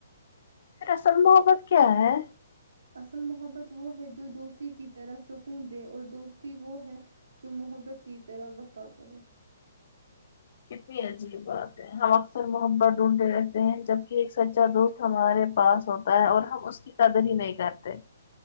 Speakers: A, on the left (about 55°); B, on the right (about 85°).
A: پھر اصل محبت کیا ہے
B: اصل محبت وہ ہے جو دوستی کی طرح سکون دے اور دوستی وہ ہے جو محبت کی طرح وفا کرے
A: کتنی عجیب بات ہے ہم اکثر محبت ڈھونڈتے رہتے ہیں جبک ایک سچا دوست ہمارے پاس ہوتا ہے اور ہم اس کے کی قدر ہی نہیں کرتے